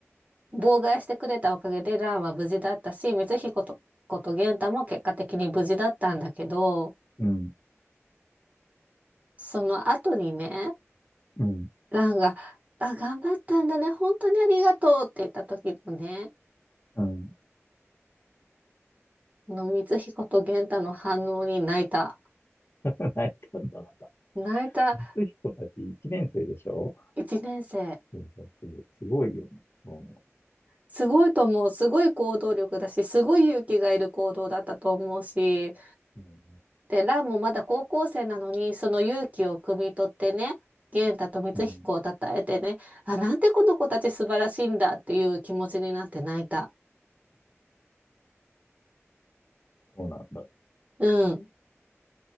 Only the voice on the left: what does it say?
うん、
うん、
うん。
<laughs> 泣いたんだ、また。
光彦たち1年生でしょ
そう僕すごいよね。そう思
う。うん
うん、
そうなんだ。